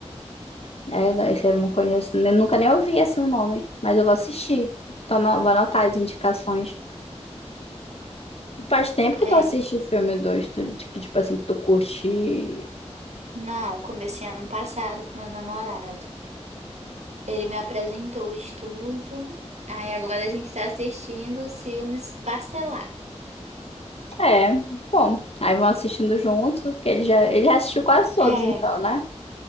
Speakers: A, on the left (about 60°); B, on the right (about 75°).
A: Aí eu- Esse eu não conheço, nem- nunca nem ouvi assim o nome, mas eu vou assistir. Tô ano- vou anotar as indicações. Faz tempo que
B: É,
A: tu assiste filme do estúdio, que, tipo assim, que tu curte
B: não, comecei ano passado com meu namorado. Ele me apresentou o estúdio. Aí agora a gente tá assistindo os filmes parcelado.
A: É, bom. Aí vão assistindo juntos, que ele já, ele já assistiu quase todos,
B: É,
A: então, né?